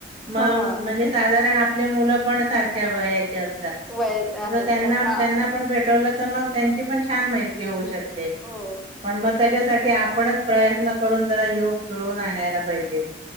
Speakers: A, on the right; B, in the centre.
A: मग
B: हा
A: म्हणजे साधारण आप आपली मुलं पण सारख्या वयाची अस
B: वयाचे आहेत.
A: त्यांना
B: आता
A: त्यांना पण भेट त नंतर मग त्यांची पण छान मैत्री होऊ शक ते
B: हो
A: पण म त्याच्यासाठी आपणच प्रयत्न करून जरा योग जुळवून आणायला पाहिजेत.